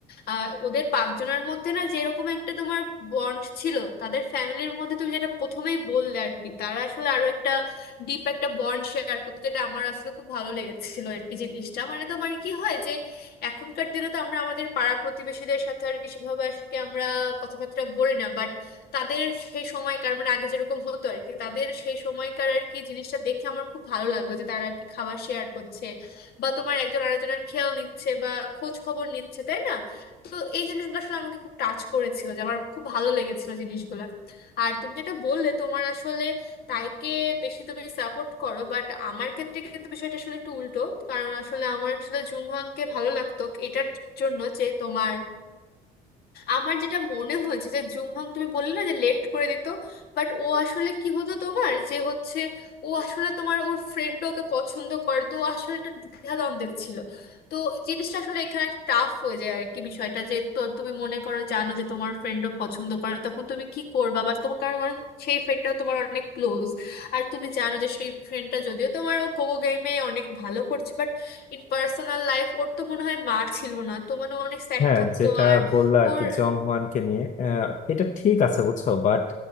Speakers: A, on the left; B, on the left.
A: আহ ওদের পাঁচজনের মধ্যে না যেরকম একটা তোমার বন্ড ছিল তাদের ফ্যামিলির মধ্যে তুমি যেটা প্রথমেই বললে আর কি তারা আসলে আরো একটা ডিপ একটা বন্ড শেয়ার করতো যেটা আমার আসলে খুব ভালো লেগেছিল আর কি জিনিসটা মানে তোমার কি হয় এখনকার দিনে তো আমরা আমাদের পাড়া প্রতিবেশীদের সাথে আর কি সেভাবে আজকে আমরা কথাবার্তা বলি না বাট তাদের সেই সময়কার মানে আগে যেরকম হতো আর কি তাদের সেই সময়কার আর কি জিনিসটা দেখে আমার খুব ভালো লাগলো যে তারা আর কি খাবার শেয়ার করছে বা তোমার একজন আরেকজনের খেয়াল নিচ্ছে বা খোঁজ খবর নিচ্ছে তাই না তো এই জিনিসগুলো আসলে আমাকে খুব টাচ করেছিল যে আমার খুব ভালো লেগেছিল জিনিসগুলো আর তুমি যেটা বললে তোমার আসলে তাইকে বেশি তুমি সাপোর্ট করো বাট আমার ক্ষেত্রে কিন্তু বিষয়টা আসলে একটু উল্টো কারণ আসলে আমার আসলে জুংহাংকে ভালো লাগতো এটার জন্য যে তোমার আমার যেটা মনে হয়েছে যে জুমহাং তুমি বললে না যে লেট করে দিত বাট ও আসলে কি হতো তোমার যে হচ্ছে ও আসলে তোমার ওর ফ্রেন্ড ওকে পছন্দ করে তো ও আসলে একটা দ্বিধাদ্বন্দ্বে ছিল তো জিনিসটা আসলে এখানে টাফ হয়ে যায় আর কি বিষয়টা যে তো তুমি মনে করো জানো যে তোমার ফ্রেন্ডও পছন্দ করে তখন তুমি কি করবা বা তোমার কারণ কারণ সেই ফ্রেন্ডটা তোমার অনেক ক্লোজ আর তুমি জানো যে সেই ফ্রেন্ডটা যদিও তোমার ও কোকো গেমে অনেক ভালো করছে বাট ইন পার্সোনাল লাইফ ওর তো মনে হয় মা ছিল না তো মানে ও অনেক স্যাড
B: হ্যাঁ
A: থাকতো
B: যেটা বললা আর
A: ওর
B: কি জং হোয়ানকে নিয়ে আহ, এটা ঠিক আছে বুঝছো বাট